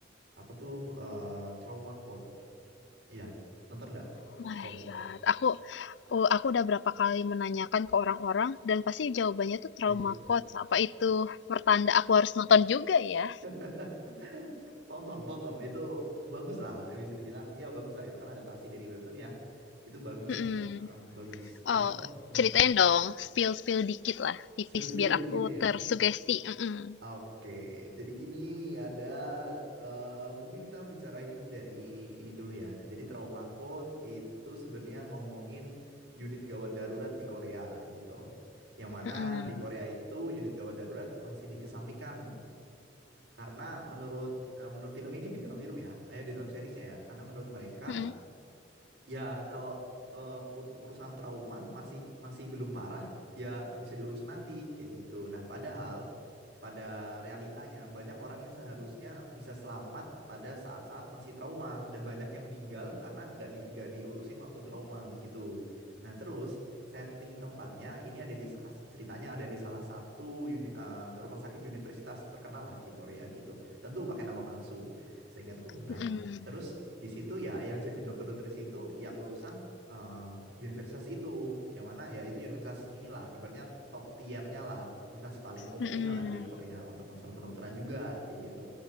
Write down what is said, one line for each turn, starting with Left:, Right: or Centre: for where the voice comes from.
Right: apa tuh eh, Trauma Code? Iya, nonton nggak,
Left: Oh My
Right: Dara?
Left: God, aku eee, aku udah berapa kali menanyakan ke orang-orang dan pasti jawabannya tuh trauma
Right: itu
Left: coach. Apa itu pertanda aku harus nonton juga ya?
Right: <laughs> tonton tonton itu bagus lah bisa dibilang ya bagus lah itu kan adaptasi dari webtoon ya itu bagus
Left: Mhm.
Right: lah Heeh, bagus bagus
Left: Oh,
Right: kok Mm-mm.
Left: ceritain dong, spill-spill dikit lah, tipis
Right: Spill-spill
Left: biar
Right: dikit
Left: aku
Right: nih ya
Left: tersugesti. Mhm,
Right: oke jadi gini ada eh, mungkin kita bicarain dari ini dulu ya jadi trauma code itu sebenarnya ngomongin unit gawat darurat di Korea gitu yang mana
Left: mhm,
Right: di Korea itu unit gawat darurat masih dikesampingkan Karena menurut eh, menurut film ini di dalam film ya, eh di dalam seriesnya ya. Karena menurut mereka
Left: mhm,
Right: Ya, kalau eh, untuk urusan trauma masih masih belum parah, ya bisa diurus nanti kayak gitu. Nah, padahal pada realitanya banyak orang yang seharusnya bisa selamat pada saat-saat masih trauma dan banyak yang meninggal karena nggak di, nggak diurusin waktu trauma begitu. Nah, terus setting tempatnya ini ada di sa- ceritanya ada di salah satu uni- eh, rumah sakit universitas terkenal lah di Korea gitu. Tentu pakai nama palsu, seingatku. Nah,
Left: mhm,
Right: di situ ya yang jadi dokter-dokter di situ yang lulusan eh, universitas itu, yang mana ya itu universitas inilah, ibaratnya top tiernya lah, universitas paling oke-nya
Left: mhm,
Right: lah di Korea untuk masalah kedokteran juga kayak gitu.